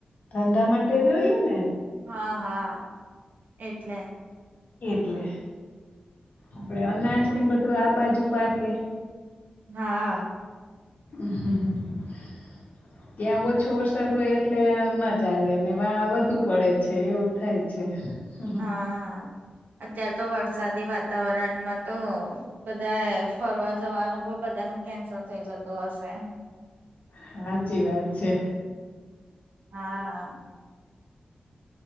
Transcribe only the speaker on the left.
ધંધા માટે જોયુ ને
એટલે
આપડે અનાજને બધું આ બાજુ પાકે
હ હા <inaudible>
ત્યાં ઓછો વરસાદ હોય એટલે ના ચાલે ને વા વધુ પડે છે એવું થાય છે હમ
સાચી વાત છે.